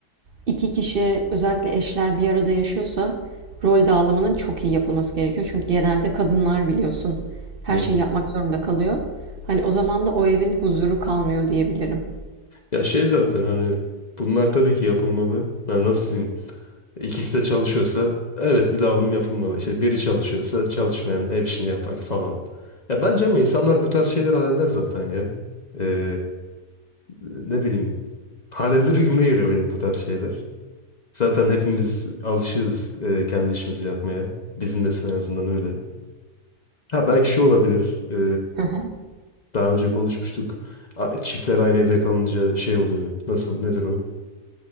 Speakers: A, on the right; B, on the left.
A: iki kişi özellikle eşler bir arada yaşıyorsa rol dağılımının çok iyi yapılması gerekiyor. Çünkü genelde kadınlar biliyorsun her
B: Hı.
A: şeyi yapmak zorunda kalıyor. Hani o zaman da o evin huzuru kalmıyor diyebilirim.
B: Ya şey zaten hani bunlar tabii ki yapılmalı. Ya nasıl diyeyim? İkisi de çalışıyorsa evet bir dağılım yapılmalı. İşte biri çalışıyorsa çalışmayan ev işini yapar falan. Ya bence ama insanlar bu tarz şeyler halleder zaten ya. E, ne bileyim halleder gibime geliyor benim bu tarz şeyler. Zaten hepimiz alışığız e, kendi işimizi yapmaya. Bizim de en azından öyle. Ha belki şu olabilir. e,
A: Hı hı.
B: daha önce konuşmuştuk. A- Çiftler aynı evde kalınca şey oluyor. Nasıl nedir o?